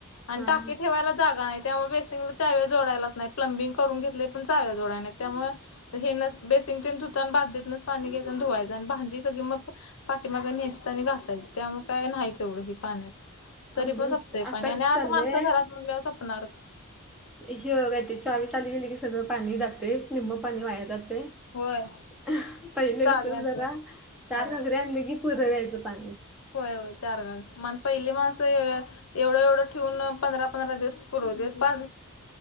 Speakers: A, on the left; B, in the centre.
A: आणि
B: हा हा
A: टाकी ठेवायला जागा नाही त्यामुळे बेसिंगला चाव्या जोडायलाच नाही प्लंबिंग करून घेतलयं पण चाव्या जोडाय नाहीत त्यामुळं हेनच बेसिंगतेन धुतान बादलीतनच पाणी घ्यायच आण धुवायचं आणि भांडी सगळी मग प पाठीमाग न्यायचता आणि घासायच त्यामुळे काय नाही तेवढं हे पाण्यात. तरी
B: आमचं
A: पण
B: कसं
A: संपतय
B: आता
A: पाणी आणि
B: कसं
A: आठ
B: चाललंय
A: माणसं घरात म्हणल्या संपणारच.
B: अ हे काय ते चावी चालू केलं की सगळं पाणी जातंय निम्म पाणी वाया जातय.
A: होय.
B: अ हं पहिले
A: चाव्यांचं.
B: कस जरा चार
A: होय.
B: घागरी आणली की पुर व्हायचं पाणी.
A: होय होय चार घाल मान पहिली माणसं एवढं एवढं ठेवून पंधरा पंधरा दिवस पुरवतेत पा